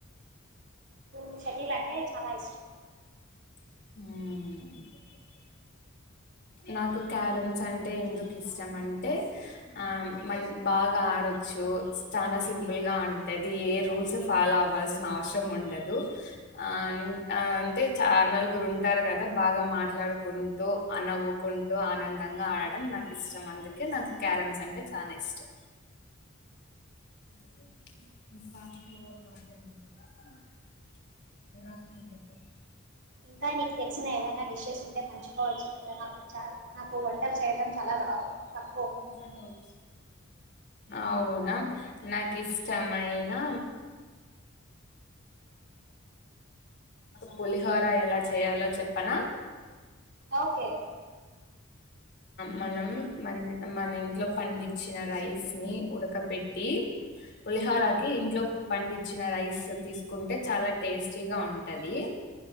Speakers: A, on the right (about 60°); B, on the left (about 55°).
A: హమ్ షటిల్ అంటే చాలా ఇష్టం
B: <unintelligible> నాకు క్యారమ్స్ అంటే ఎందుకు ఇష్టం అంటే ఆ మ బాగా ఆడొచ్చు చాలా సింపుల్గా ఉంటుంది ఏ రూల్స్ ఫాలో అవ్వాల్సిన అవసరం ఉండదు ఆ అంటే చ నలుగురు ఉంటారు కదా బాగా మాట్లాడుకుంటూ అనవు ఆనుకుంటూ ఆనందంగా ఆడడం నాకు ఇష్టం అందుకే నాకు క్యారమ్స్ అంటే చానా ఇష్టం <inaudible>
A: ఇంకా నీకు తెలిసిన ఏవైనా డిషెస్ ఉంటే పంచుకోవచ్చు కదా నాకు చ నాకు వంటలు చేయడం చాలా రా త
B: <inaudible> అవునా నాకు ఇష్టమయినా పులిహోర ఎలా చేయాలో చెప్పనా
A: ఓకే
B: మనం మన మన ఇంట్లో పండించిన రైస్ని ఉడకపెట్టి పులిహోరకి ఇంట్లో పండించిన రైస్ తీసుకుంటే చాలా టేస్టీగా ఉంటుంది